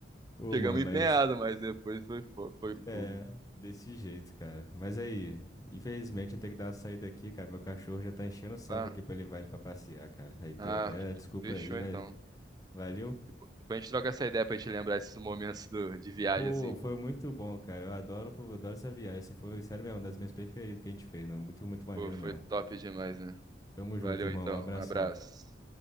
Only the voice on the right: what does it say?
Chegamos
empenhado, mas depois foi, fo- foi
fogo.
Ah,
ah,
fechou
então.
Depois depois a gente troca essa ideia pra gente lembrar esses momentos do- de viagem,
assim,
pô.
Pô, foi
top demais, né?
Valeu
então,
abraço.